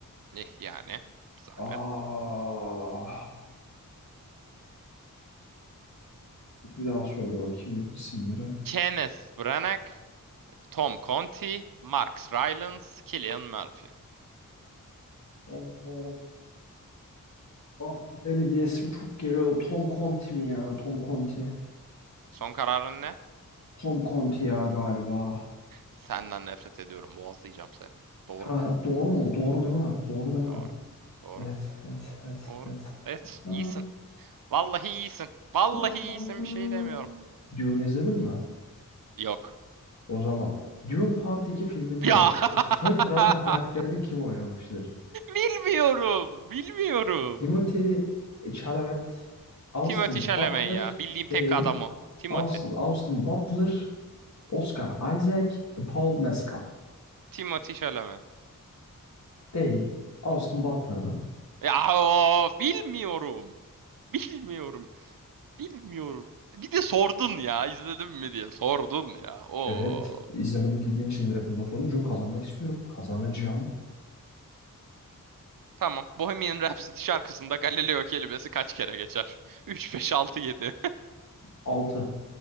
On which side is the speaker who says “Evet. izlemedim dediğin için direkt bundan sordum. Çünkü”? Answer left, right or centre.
Left